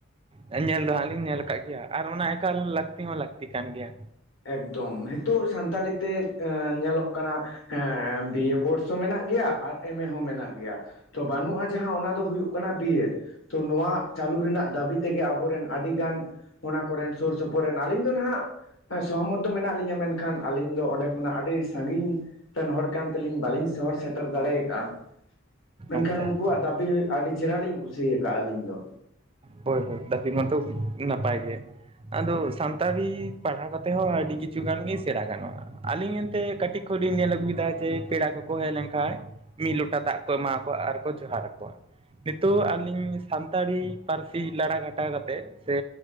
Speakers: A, on the right; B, on the left.
A: ᱦᱳᱭ ᱧᱮᱞ ᱫᱚ ᱦᱟᱸᱜ ᱞᱤᱧ ᱧᱮᱞ ᱠᱟᱜ ᱜᱮᱭᱟ ᱟᱨ ᱚᱱᱟ ᱮᱠᱟᱞ ᱞᱟᱹᱠᱛᱤ ᱦᱚᱸ ᱞᱟᱹᱠᱛᱤ ᱠᱟᱱ ᱜᱮᱭᱟ
B: ᱮᱠᱫᱚᱢ ᱱᱤᱛᱚᱜ ᱥᱟᱱᱛᱟᱞᱤ ᱛᱮ ᱧᱮᱞᱚᱜ ᱠᱟᱱᱟ ᱮᱸ ᱵᱤᱭᱮ ᱠᱳᱨᱥ ᱦᱚᱸ ᱢᱮᱱᱟᱜ ᱜᱮᱭᱟ ᱟᱨ ᱮᱢ ᱮ ᱦᱚᱸ ᱢᱮᱱᱟᱜ ᱜᱮᱭᱟ ᱛᱚ ᱵᱟᱹᱱᱩᱜᱼᱟ ᱡᱟᱦᱟᱸ ᱚᱱᱟ ᱫᱚ ᱦᱩᱭᱩᱜ ᱠᱟᱱᱟ ᱵᱤᱭ ᱮᱰ ᱛᱚ ᱱᱚᱣᱟ ᱪᱟᱹᱞᱩ ᱨᱮᱱᱟᱜ ᱫᱟᱹᱵᱤ ᱛᱮᱜᱮ ᱟᱵᱚᱨᱮᱱ ᱟᱹᱰᱤᱜᱟᱱ ᱚᱱᱟ ᱠᱚᱨᱮᱱ ᱥᱩᱨ ᱥᱩᱯᱩᱨ ᱨᱮᱱ ᱟᱹᱞᱤᱧ ᱫᱚ ᱱᱟᱦᱟᱜ ᱥᱚᱦᱚᱢᱚᱛ ᱫᱚ ᱢᱮᱱᱟᱜ ᱞᱤᱧᱟ ᱢᱮᱱᱠᱷᱟᱱ ᱟᱹᱞᱤᱧ ᱫᱚ ᱚᱸᱰᱮ ᱠᱷᱚᱱᱟᱜ ᱟᱹᱰᱤ ᱥᱟᱹᱜᱤᱧ ᱛᱮᱱ ᱦᱚᱲ ᱠᱟᱱ ᱛᱮᱞᱤᱧ ᱵᱟᱹᱞᱤᱧ ᱥᱚᱦᱚᱨ ᱥᱮᱴᱮᱨ ᱫᱟᱲᱮ ᱠᱟᱜᱼᱟ ᱢᱮᱱᱠᱷᱟᱱ
A: ᱟᱪᱪᱷᱟ
B: ᱩᱱᱠᱩᱣᱟᱜ
A: ᱟᱪᱪᱷᱟ
B: ᱫᱟᱹᱵᱤ ᱟᱹᱰᱤ ᱪᱮᱦᱨᱟ ᱞᱤᱧ ᱠᱩᱥᱤ ᱟᱠᱟᱜᱼᱟ ᱟᱹᱞᱤᱧ ᱫᱚ
A: ᱦᱳᱭ ᱦᱳᱭ ᱫᱟ ᱢᱟᱛᱚ ᱱᱟᱯᱟᱭ ᱜᱮ ᱟᱫᱚ ᱥᱟᱱᱛᱟᱲᱤ ᱯᱟᱲᱦᱟᱣ ᱠᱟᱛᱮᱫ ᱦᱚᱸ ᱟᱹᱰᱤ ᱠᱤᱪᱷᱩ ᱜᱟᱱ ᱜᱮ ᱥᱮᱬᱟ ᱜᱟᱱᱚᱜᱼᱟ ᱟᱹᱞᱤᱧ ᱮᱱᱛᱮ ᱠᱟᱹᱴᱤᱡ ᱠᱷᱚᱞᱤᱧ ᱧᱮᱞ ᱟᱜᱩᱭ ᱫᱟ ᱡᱮ ᱯᱮᱲᱟ ᱠᱚᱠᱚ ᱦᱮᱡ ᱞᱮᱱ ᱠᱷᱟᱡ ᱢᱤᱫ ᱞᱚᱴᱟ ᱫᱟᱜ ᱠᱚ ᱮᱢᱟᱠᱚᱣᱟ ᱟᱨᱠᱚ ᱡᱚᱦᱟᱨ ᱟᱠᱚᱣᱟ ᱱᱤᱛᱚᱜ ᱟᱹᱞᱤᱧ ᱥᱟᱱᱛᱟᱲᱤ ᱯᱟᱹᱨᱥᱤ ᱞᱟᱲᱟ ᱜᱷᱟᱴᱟ ᱠᱟᱛᱮᱫ ᱥᱮ